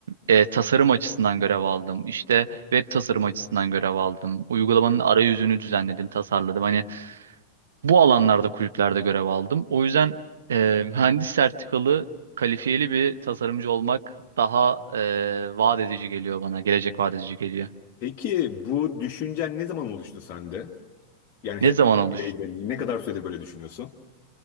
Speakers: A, on the right (about 65°); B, on the left (about 40°).
A: e, tasarım açısından görev aldım. İşte web tasarım açısından görev aldım. Uygulamanın arayüzünü düzenledim, tasarladım. Hani bu alanlarda kulüplerde görev aldım. O yüzden e, mühendis sertifikalı kalifiyeli bir tasarımcı olmak daha e, vaat edici geliyor bana. Gelecek vaat edici geliyor.
B: Peki bu düşüncen ne zaman oluştu sende? Yani
A: Ne
B: hep
A: zaman olur?
B: böyleydin. Ne kadar süredir böyle düşünüyorsun?